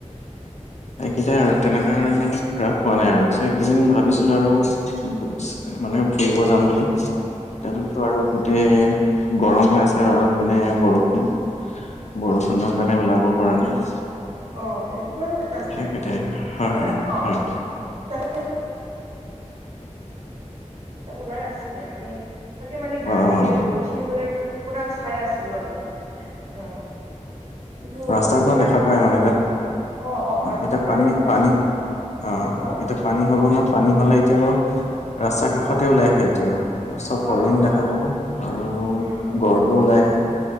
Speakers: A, on the left; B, on the right.
A: একেইটাই আৰু তেনেকা আৰু ইমানে ঘুৰা হোৱা নাই আৰু চাই এদিন ভাবিছিলো আৰু মানে ফুৰিব যাম বুলি এতিয়াতোতো আৰু তে গৰম হৈ আছে আৰু মানে বৰষুণ বৰষুণৰ কাৰণে ওলাব পৰা নাই
B: অ এনেকোৱা হৈ আছে
A: সেইকেইটাই
B: আৰু
A: হয়
B: অ
A: হয়
B: তাতে ওলাই আছিলে আমি তাকে মানে
A: হয়
B: গাড়ী
A: অ অ
B: ৰখি পেলাই পুৰা চাই আছিলো আমি অ কিন্তু
A: ৰাস্তাৰ
B: অ পুৰা
A: পৰা দেখা
B: দে
A: পায়
B: খা নাপালো
A: মানে এতিয়া
B: মই অ অ ৰাস্তাৰ
A: এতিয়া
B: পৰা
A: পানী
B: দেখা পাইছিলো
A: পানী
B: মানে
A: অ'
B: হা
A: এতিয়া পানী হ'ব নহয় পানী হ'লে এতিয়া আৰু ৰাস্তাৰ কাষতে
B: অ
A: ওলাই আহে এতিয়া আৰু চব
B: অ
A: হৰিন
B: অ
A: দেখা
B: অ
A: পাব আৰু
B: উম উম
A: গড়টো ওলাই আহে